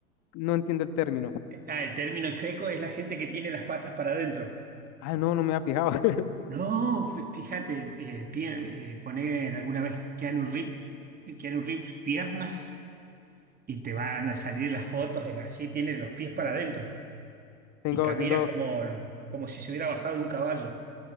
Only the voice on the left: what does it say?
No entiendo el término.
Ah, no, no me había fijado. <laughs>
Tengo,
tengo,